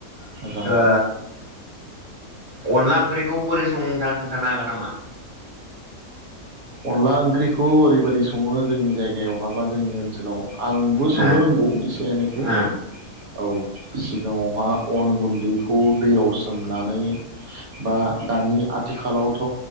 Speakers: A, on the right (about 75°); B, on the right (about 35°).
A: मोजां
B: ओ अनला ओंख्रिखौ बोरै संङो नोंथाङा खोनथानो हागोन नामा?
A: अनला ओंख्रिखौ ओरैबायदि सङो जोंनि जायगायावहा बा जोंनि ओनसोलाव आंबो
B: ओ
A: संनो रोंगौ इसे एनैखौ
B: ओ
A: औ सिगाङावहा अन गुन्दैखौ दैयाव सोमनानै बा दानि आद थिखालावथ'